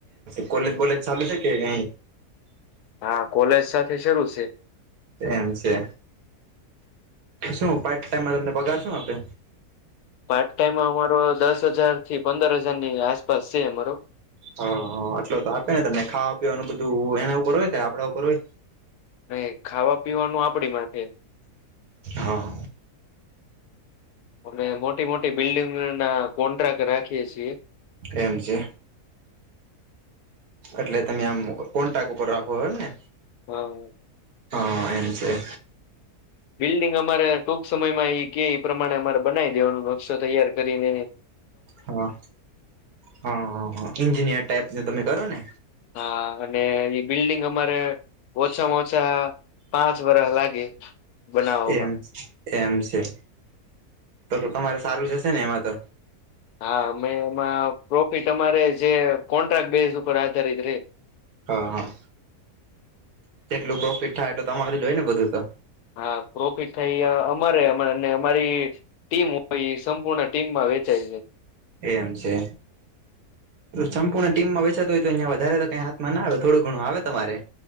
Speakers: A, on the right; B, on the left.
A: કોલેજ બોલે ચાલુ છે કે ક
B: હા કોલેજ સાથે શરૂ છે
A: એમ છે શું પાટ ટાઈમમાં તમને પગારશું આપે
B: પાર્ટ ટાઈમ અમારો દસ હજાર થી પંદર હજારની આસપાસ છે અમારો
A: હા એટલો તો આપે ને તને ખાવા પીવા એનું બધું એના ઉપર હોય કે આપણા ઉપર હોય
B: અ ખાવા પીવાનું આપડી માટે
A: હા
B: અનેમે મોટી મોટી બિલ્ડિંગ ના કોન્ટ્રાક્ટ છીએ
A: એમ છે એટલે તમે આમ કો ટાક ઉપર રાખો હોય એમને
B: હમ
A: હ એમ છેો
B: બિલ્ડિંગ અમારે ટૂક સમય માં એ કે એ પ્રમાણે અમારે બનાવી દેવાનું નશો તૈયાર કરીનેને
A: હા હા હા હ એન્જિનિયર ટાઈપ તમે કરો ને
B: હા અને ઈ બિલ્ડિંગ અમારે ઓછામાં ઓછા પાંચ વરષ લાગે બનાવામાં.
A: એમ એમ છે તો તમારે સારું જ હશે ને એમાં તો?
B: હા અમે એમાં પ્રોફિટ અમારે જે કોન્ટ્રાક્ટ બેઝ ઉપર આધારિત રે.
A: હા હા જેટલું પ્રોફિટ થાય એટલુ તમારું જોઈ ને બધું તો?
B: હા પ્રોફિટ થાય એ અમારે અમારી ટીમ હોય ઇ સંપૂર્ણ ટીમમાં વેચાઈ છે.
A: એમ છે સંપૂર્ણ ટીમમાં વેચાતુ તોય તો ત્યાં વધારે તો કઈ હાથમાં